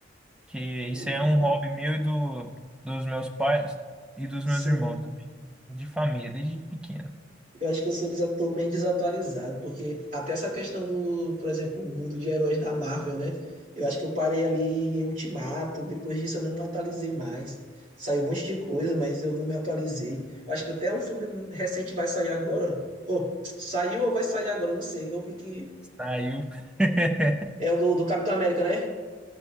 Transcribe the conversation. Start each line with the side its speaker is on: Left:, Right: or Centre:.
Centre: que isso
Right: Pô,
Centre: é um hobby meu e do, dos meus pais e dos
Right: Sim.
Centre: meus irmãos também, de família, desde pequeno.
Right: Eu acho que eu sou desa- tô meio desatualizado, porque até essa questão do, por exemplo, o mundo de heróis da Marvel, né? Eu acho que eu parei ali em Ultimato, depois disso eu não me atualizei mais. Saiu um monte de coisa, mas eu não me atualizei. Eu acho que até um filme recente vai sair agora. Ou saiu ou vai sair agora, eu não sei. Eu vi que
Centre: Saiu. <laughs>
Right: É o do, do Capitão América, né?